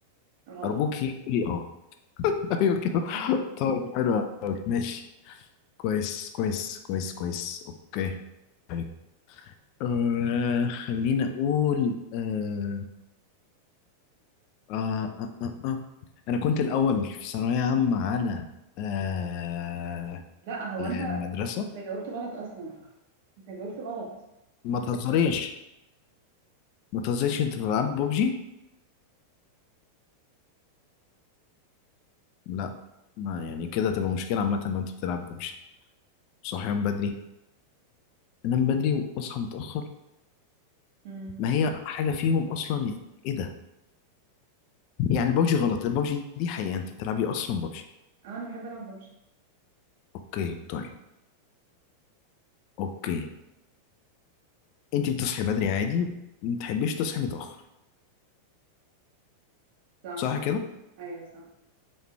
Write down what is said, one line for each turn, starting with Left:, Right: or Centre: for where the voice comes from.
Right: غلط
Left: ارجوك هي- قولي اه <laughs> ايوه كده
Right: مم.
Left: طيب حلو أوي. ماشي كويس كويس كويس كويس اوكي طيب آه خليني اقول آه آه آه آه آه. انا كنت الاول في ثانويه عامه على آه
Right: لا هو
Left: المدرسه
Right: أنت أنت جاوبت غلط أصلا أنت جاوبت غلط
Left: ما تهزريش ما تهزريش انت بتلعب ببجي لا ما يعني كده تبقى مشكله عامه لو انت بتلعب ببجي صحيان بدري انام بدري واصحى متاخر
Right: مم.
Left: ما هي حاجه فيهم اصلا يعني ايه ده يعني ببجي غلط الببجي دي حقيقه انت بتلعبي اصلا ببجي
Right: آه، أنا بحب ألعب ببجي
Left: اوكي طيب اوكي انت بتصحي بدري عادي ما تحبيش تصحي متاخر
Right: صح
Left: صح كده
Right: أيوه صح